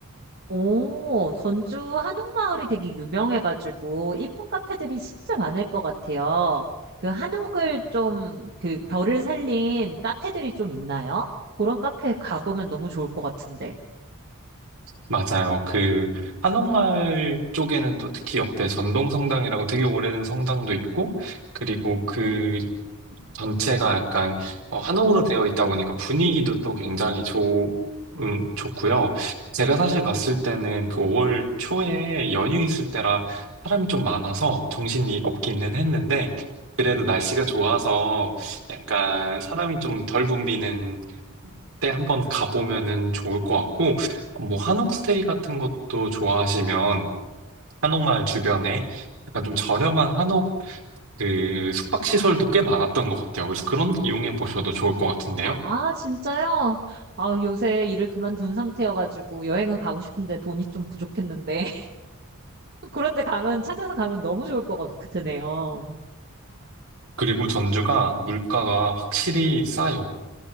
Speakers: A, on the right (about 45°); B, on the right (about 65°).
A: 오, 전주 한옥마을이 되게 유명해가지고 이쁜 카페들이 진짜 많을 것 같아요. 그 한옥을 좀 그 결을 살린 카페들이 좀 있나요? 그런 카페 가보면 너무 좋을 것 같은데.
B: 맞아요. 그 한옥마을 쪽에는 또 특히 옆에 전동성당이라고 되게 오래된 성당도 있고 그리고 그 전체가 약간 어, 한옥으로 되어 있다 보니까 분위기도 또 굉장히 좋, 음, 좋고요. 제가 사실 갔을 때는 그 5월 초에 연휴 있을 때라 사람이 좀 많아서 정신이 없기는 했는데 그래도 날씨가 좋아서 약간 사람이 좀 덜 붐비는 때 한번 가보면은 좋을 것 같고 뭐 한옥 스테이 같은 것도 좋아하시면 한옥마을 주변에 약간 좀 저렴한 그 숙박시설도 꽤 많았던 것 같아요. 그래서 그런 데 이용해 보셔도 좋을 것 같은데요.
A: 아, 아, 진짜요? 아, 요새 일을 그만둔 상태여가지고 여행은 가고 싶은데 돈이 좀 부족했는데. <laughs> 그런데 가면, 찾아서 가면 너무 좋을 것 같으네요.
B: 그리고 전주가 물가가 확실히 싸요.